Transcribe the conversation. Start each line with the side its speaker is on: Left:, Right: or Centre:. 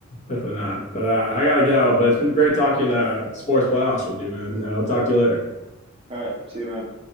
Left: Definitely not. But uh, I gotta go. But it's been great talking uh, sports playoffs with you, man. Uh, I'll talk to you later.
Right: right. See you, man.